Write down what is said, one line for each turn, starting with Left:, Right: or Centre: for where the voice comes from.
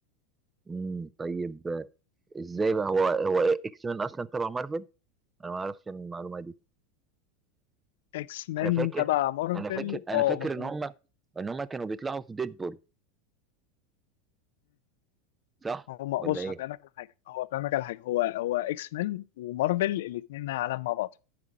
Right: امم طيب ازاي بقى هو هو اكس مان اصلا تبع مارفل انا ما اعرفش المعلومه دي
Left: اكس مان
Right: انا فاكر
Left: تبع مارفل
Right: انا فاكر انا
Left: اه
Right: فاكر
Left: مظبوط
Right: ان هم ان هم كانوا بيطلعوا في ديدبول صح
Left: هو
Right: ولا
Left: بص
Right: ايه
Left: هفهمك على حاجه هو فاهمك على حاجه هو هو اكس مان ومارفل الاثنين عالم مع بعض